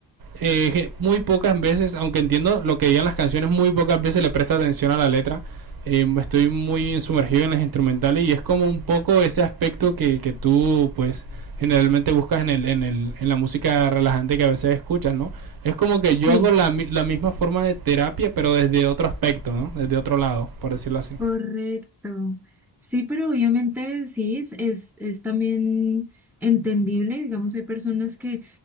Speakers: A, on the right (about 55°); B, in the centre.
A: eh, muy pocas veces, aunque entiendo lo que digan las canciones, muy pocas veces le presta atención a la letra. Eh, estoy muy sumergido en las instrumentales y es como un poco ese aspecto que, que tú, pues, generalmente buscas en, el, en, el, en la música relajante que a veces escuchas, ¿no? Es como que yo
B: sí.
A: hago la, la misma forma de terapia, pero desde otro aspecto, ¿no? Desde otro lado, por decirlo así.
B: Correcto. Sí, pero obviamente sí, es, es, es también entendible, digamos, hay personas que,